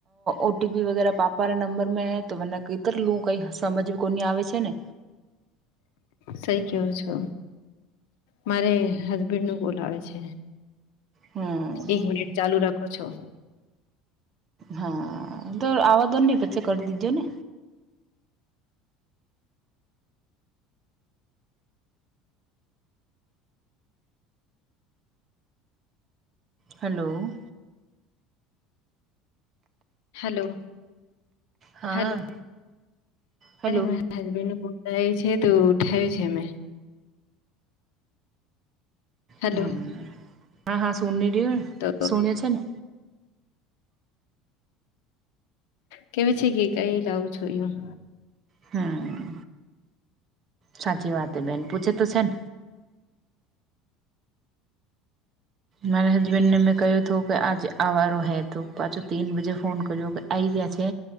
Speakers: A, on the right; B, on the left.
A: ઓટીપી વગેરે પાપવાના નંબર માં હે તો મને કતરલું કઈ સમજવી કોની આવે છે ને
B: સહી કેવું છો. મારે હસબેન્ડ નું બોલવે છે.
A: હમ
B: એક મિનિટ ચાલુ રાખો છો.
A: હા તો આવા દોન નહી પછી કરી દીજો ને હલો.
B: હલો
A: હા.
B: અરે
A: હેલો
B: મારા હબન્ થાય છે તો ઉઠાયું છે અમે હેલો
A: હમ હા હા સુન ર
B: તો
A: શણીએ છે ને
B: કેવી છે કઈ લાવુ છું હું
A: હમ સાચવાતે બેન પૂછે તોશેન મારા હજબેન્ડ ને મેં કહ્યું તું કે આજે આવારો હે તો પાછો તીન બજે ફોન કર્યો કે આય યા છે